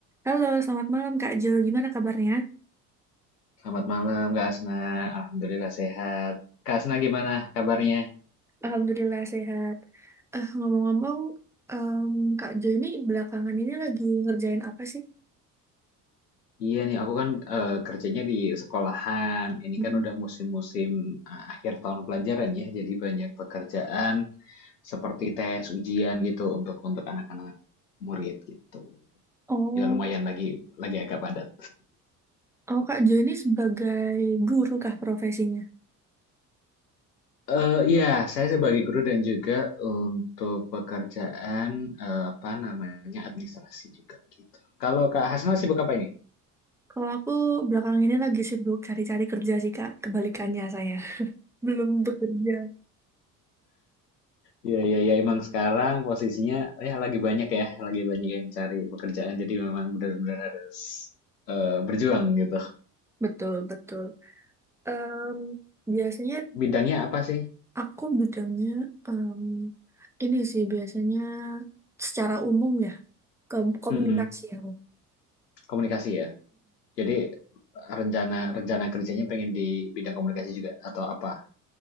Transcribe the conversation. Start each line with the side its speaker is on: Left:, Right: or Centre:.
Centre: Halo, selamat malam Kak Jo. Gimana kabarnya?
Left: Selamat malam Kak Asna, Alhamdulillah sehat. Kak Asna gimana kabarnya?
Centre: Alhamdulillah sehat. Eh, ngomong-ngomong, em, Kak Jo ini belakangan ini lagi ngerjain apa sih?
Left: Iya nih, aku kan eh, kerjanya di sekolahan. Ini
Centre: Mm-mm.
Left: kan udah musim-musim eh, akhir tahun pelajaran ya, jadi banyak pekerjaan seperti tes, ujian gitu untuk untuk anak-anak murid gitu.
Centre: Oh,
Left: Ya lumayan lagi lagi agak padat.
Centre: oh Kak Jo ini sebagai guru kah profesinya?
Left: Eh ya, saya sebagai guru dan juga untuk pekerjaan eh, apa namanya administrasi juga gitu. Kalau Kak Hasna sibuk apa ini?
Centre: Kalau aku belakangan ini lagi sibuk cari-cari kerja sih Kak, kebalikannya saya. <laughs> Belum bekerja.
Left: Iya, iya, iya. Emang sekarang posisinya ya lagi banyak ya, lagi banyak yang cari pekerjaan. Jadi memang benar-benar harus eh, berjuang gitu.
Centre: Betul, betul. Em, biasanya
Left: Bidangnya apa sih?
Centre: aku bidangnya em, ini sih biasanya secara umum ya, ke komunikasi
Left: Mm-mm,
Centre: aku.
Left: komunikasi ya. Jadi rencana rencana kerjanya pengen di bidang komunikasi juga atau apa?